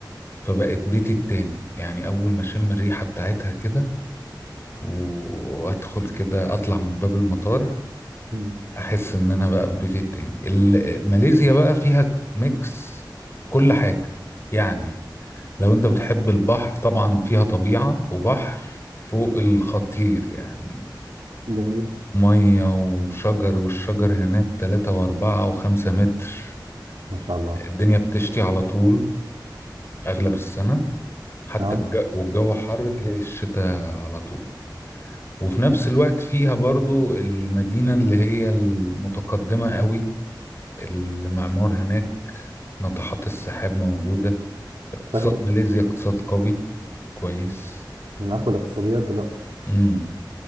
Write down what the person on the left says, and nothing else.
فبقت بيتي التاني يعني اول ما اشم الريحة بتاعتها كده و- وادخل كده اطلع من باب المطار
احس ان انا بقى في بيتي التاني ال- ماليزيا بقى فيها ميكس كل حاجة يعني لو انت بتحب البحر طبعا فيها طبيعة وبحر فوق الخطير يعني
مية وشجر والشجر هناك تلاتة وأربعة وخمسة متر
الدنيا بتشتي على طول أغلب السنة حتى
الجو والجو حر تلاقي الشتاء على طول وفي نفس الوقت فيها برضو المدينة اللي هي المتقدمة قوي المعمار هناك ناطحات السحاب موجودة اقتصاد
ماليزيا اقتصاد قوي كويس
امم